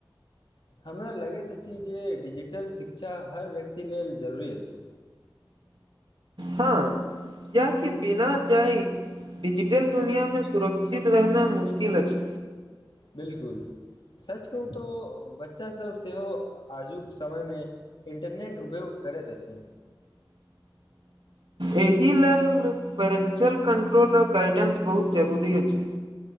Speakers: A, on the left; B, on the right.
A: हमरा लगैत अछि जे डिजिटल शिक्षा हर व्यक्ति लेल जरूरी अछि।
B: हँ कियेकि बिना जाइन डीजिटल दुनियाँ मे सुरक्षित रहना मुश्किल अछि।
A: बिल्कुल सच कहू तो बच्चासभ सेहो आजुक समयमे, इंटरनेट उपयोग करैत अछि।
B: एहि लेल पेरेंटियल कंट्रोल आ गाइडेंस बहुत जरूरी अछि।